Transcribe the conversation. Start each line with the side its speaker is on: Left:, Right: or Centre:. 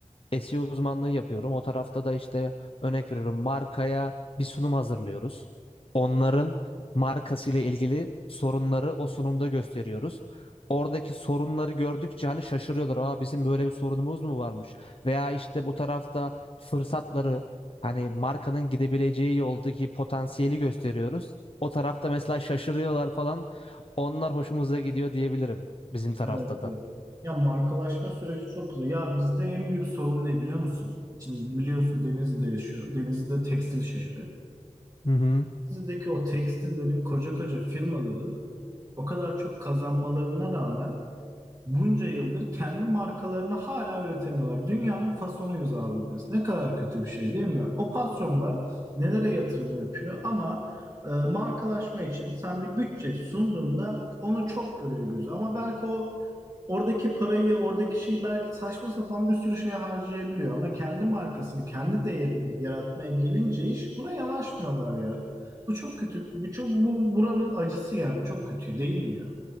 Left: SEO uzmanlığı yapıyorum. O tarafta da işte örnek veriyorum markaya bir sunum hazırlıyoruz. Onların markasıyla ilgili sorunları o sunumda gösteriyoruz. Oradaki sorunları gördükçe hani şaşırıyorlar. Aa bizim böyle bir sorunumuz mu varmış? Veya işte bu tarafta fırsatları hani markanın gidebileceği yoldaki potansiyeli gösteriyoruz. O tarafta mesela şaşırıyorlar falan. Onlar hoşumuza gidiyor diyebilirim bizim tarafta
Right: Evet,
Left: da.
Right: evet. Ya markalaşma süreci çok güzel. Ya bizde en büyük sorun ne biliyor musun? Şimdi biliyorsun Denizli'de yaşıyorum. Denizli de tekstil şehri.
Left: Hı hı.
Right: Denizdeki o tekstillerin koca koca firmaların o kadar çok kazanmalarına rağmen bunca yıldır kendi markalarını hala üretemiyorlar. Dünyanın fasonuyuz abi biz. Ne kadar kötü bir şey değil mi? O patronlar nelere yatırım yapıyor ama e, markalaşma için sen bir bütçe sunduğunda onu çok görüyor gözü. Ama belki o oradaki parayı, oradaki şeyi belki saçma sapan bir sürü şeye harcayabiliyor. Ama kendi markasını, kendi değerini yaratmaya gelince iş buna yanaşmıyorlar ya. Bu çok kötü. Bu çok bu buranın acısı yani çok kötü değil mi ya?